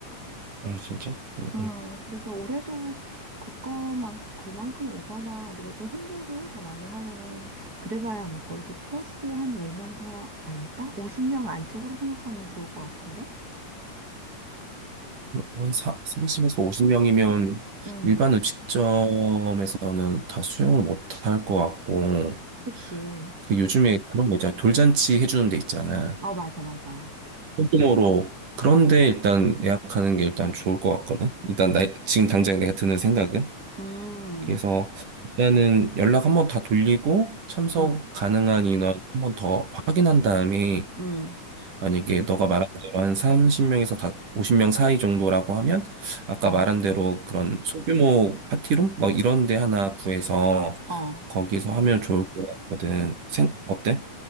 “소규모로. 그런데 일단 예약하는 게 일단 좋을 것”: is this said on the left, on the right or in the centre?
Right